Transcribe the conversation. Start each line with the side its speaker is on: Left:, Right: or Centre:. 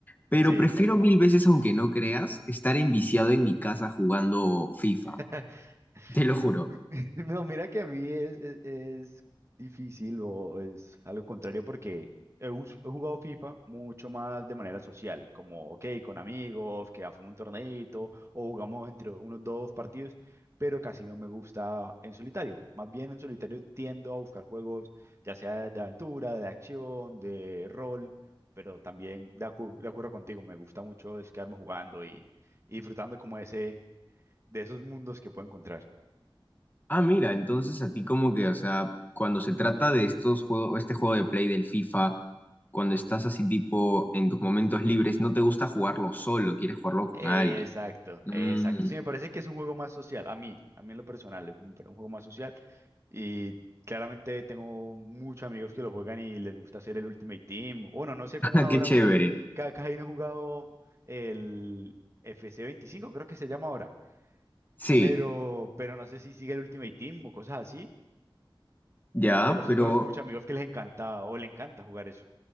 Left: pero
Right: Sí.
Left: prefiero mil veces, aunque no creas, estar enviciado en mi casa jugando FIFA.
Right: <laughs>
Left: Te lo juro.
Right: <laughs> No, mira que a mí es, es, es difícil o es algo contrario porque he, us- he jugado FIFA mucho más de manera social, como, ok, con amigos, que hacemos un torneito o jugamos entre unos dos partidos, pero casi no me gusta en solitario. Más bien en solitario tiendo a buscar juegos, ya sea de aventura, de acción, de rol, pero también de, acu- de acuerdo contigo, me gusta mucho es quedarme jugando y, y disfrutando como ese, de esos mundos que puedo encontrar.
Left: Ah, mira, entonces a ti como que, o sea, cuando se trata de estos juegos, este juego de play del FIFA, cuando estás así tipo en tus momentos libres, no te gusta jugarlo solo, quieres jugarlo con
Right: Eh,
Left: alguien.
Right: Exacto,
Left: Mm,
Right: eh, exacto. Sí, me parece que es un juego más social, a mí, a mí en lo personal, es un, un juego más social. Y claramente tengo muchos amigos que lo juegan y les gusta hacer el Ultimate Team. Bueno, no sé
Left: <laughs>
Right: cómo es ahora
Left: qué chévere.
Right: porque cada casi no he jugado el F. C. veinticinco, creo que se llama ahora.
Left: Sí,
Right: Pero, pero no sé si sigue el Ultimate Team o cosas así.
Left: ya,
Right: Pero sí
Left: pero,
Right: conozco muchos amigos que les encanta o le encanta jugar eso.